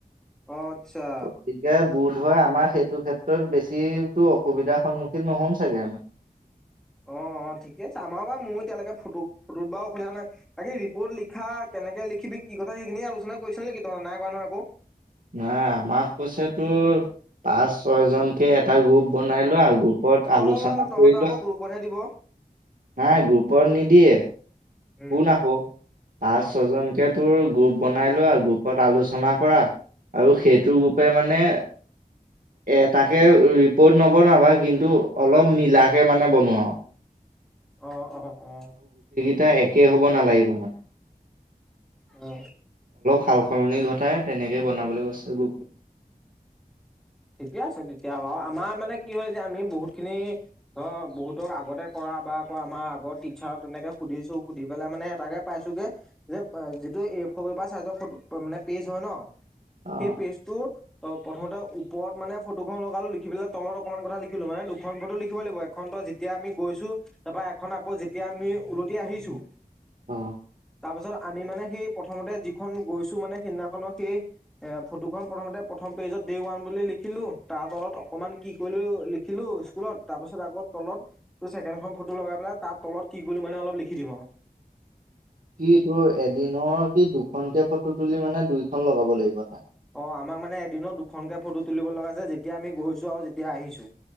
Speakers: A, in the centre; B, on the right.
A: অ আচ্ছা।
B: গতিকে বোধ হয় আমাৰ সেইটো ক্ষেত্ৰত বেছি তো অসুবিধাৰ সন্মুখীন নহ'ম চাগে আমি।
A: অ-অ ঠিকে আছে। আমাৰ বাৰু মই এতিয়ালৈকে ফটো-ফটোত বাৰু অসুবিধা নাই। বাকী ৰিপৰ্ট লিখা কেনেকে লিখিবি কি কথা সেইখিনি আলোচনা কৰিছ' নিকি তই? নাই কৰা নহয় একো?
B: নাই আমাক কৈছে তোৰ পাঁচ-ছয় জনকে এটা গ্ৰুপ বনাই লোৱা গ্ৰুপ অত আলোচনা
A: অ তহঁতৰ
B: কৰি
A: আকৌ
B: লোৱা,
A: গ্ৰুপতহে দিব
B: নাই গ্ৰুপত নিদিয়ে।
A: উম
B: শুন আকৌ পাঁচ-ছজনকে
A: অ
B: তোৰ গ্ৰুপ বনাই লোৱা গ্ৰুপত আলোচনা কৰা আৰু সেইটো
A: উম
B: গ্ৰুপে মানে এটাকে ৰিপৰ্ট নবনাবা কিন্তু অলপ মিলাকে মানে বনোৱা আৰু।
A: অ-অ-অ।
B: টা একে হ'ব নালাগিব। মানে
A: অ।
B: সাল-সলনি ঘটাই তেনেকে বনাবলৈ কৈছে। গু
A: ঠিকে আছে তেতিয়া বাৰু। আমাৰ মানে কি হয় যে আমি বহুত খিনি ধৰ বহুতক আগতে কৰা বা আকৌ আমাৰ আগৰ টিচাৰক তেনেকে সুধিছোঁ সুধি পেলাই মানে তাকে পাইছোগে যে যিটো এফৰ পেপাৰ চাইজৰ ফটো মানে পেজ হয় ন'
B: অ
A: সেই পেজ ত' প্ৰথমতে ওপৰত মানে ফটোখন লগা লগ লিখি পেলাই তলত অকনমান কথা লিখিলো মানে দুখন ফটো লিখিব লাগিব এখন ত'যেতিয়া আমি গৈছো তাৰপা এখন আকৌ যেতিয়া আমি উওলতি আহিছো
B: অ',
A: তাৰ পিছত আমি মানে সেই প্ৰথমতে যিখন গৈছোঁ মানে, সিদিনাখনৰ সেই অ'- ফটোখন প্ৰথমতে প্ৰথম পেজত ডে ওৱান বুলি লিখিলো তাৰ তলত অকণমান কি কৰিলো লিখিলো স্কুলত তাৰপাছত তাৰপিছত আকৌ তলত ছেকেনখন ফটো লগাই পেলাই তাৰ তলত কি কৰিলোঁ মানে অলপ লিখি দিম আৰু।
B: কি তোৰ এদিনৰ কি দুখনকে ফটো তুলি মানে দুইখন লগাব লাগিব তাত।
A: অ, আমাক মানে এদিনত দুখনকে ফটো তুলিব লগা আছে যেতিয়া আমি গৈছো আৰু যেতিয়া আহিছো।